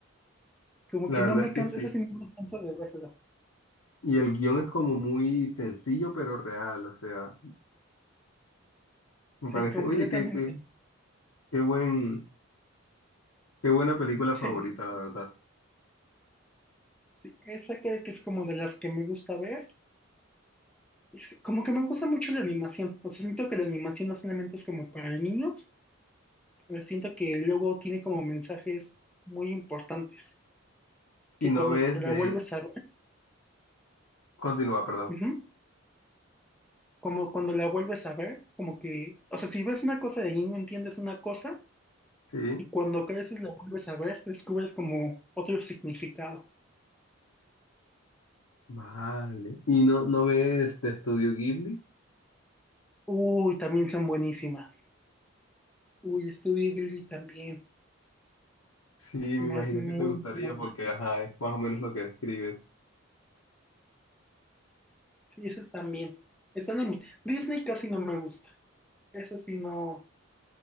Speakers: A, in the centre; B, on the left (about 85°).
A: Como
B: La
A: que
B: verdad
A: no me
B: es que
A: canso.
B: sí.
A: Esa sí no me canso de verla.
B: Y el guión es como muy sencillo pero real, o sea, me
A: Sí,
B: parece,
A: completamente.
B: oye, qué, qué, qué buen, qué buena película favorita,
A: <laughs>
B: la verdad.
A: Esa creo que es como de las que me gusta ver. Es- como que me gusta mucho la animación. O sea, siento que la animación no solamente es como para niños, pero siento que luego tiene como mensajes muy importantes. Que
B: Y no
A: cuando
B: ves
A: la
B: de...
A: vuelves a ver,
B: Continúa, perdón.
A: ujú, como cuando la vuelves a ver, como que, o sea, si ves una cosa de niño entiendes una cosa
B: Sí,
A: y cuando creces la vuelves a ver, descubres como otro significado.
B: vale. ¿Y no, no ves de Estudio Ghibli?
A: Uy, también son buenísimas. Uy, Studio Ghibli también.
B: Sí, me
A: Se Me
B: imagino
A: hace muy
B: que te gustaría
A: buena.
B: porque, ajá, es más o menos lo que describes.
A: Sí, esas también. Están en mi... Disney casi no me gusta. Esa sí no,